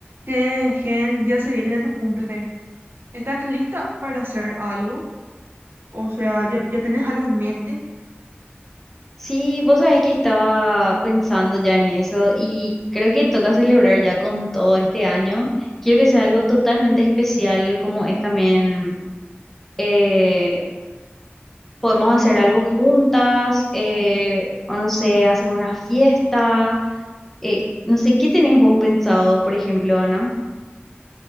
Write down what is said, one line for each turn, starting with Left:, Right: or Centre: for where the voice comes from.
Right: Che, Gen, ya se viene tu cumple. ¿Estás lista para hacer algo? O sea, ¿ya, ya tenés algo en mente?
Centre: Sí, vos sabés que estaba pensando ya en eso y creo que toca celebrar ya con todo este año. Quiero que sea algo totalmente especial como es también, eh, podemos hacer algo juntas, eh, o no sé, hacer una fiesta. eh, no sé, ¿qué tenés vos pensado, por ejemplo, Ana?